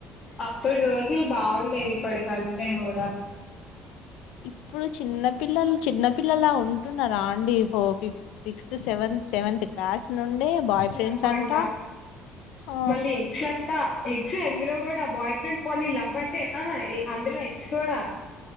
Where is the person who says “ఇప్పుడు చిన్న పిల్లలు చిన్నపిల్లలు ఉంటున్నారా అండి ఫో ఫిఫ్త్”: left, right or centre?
Left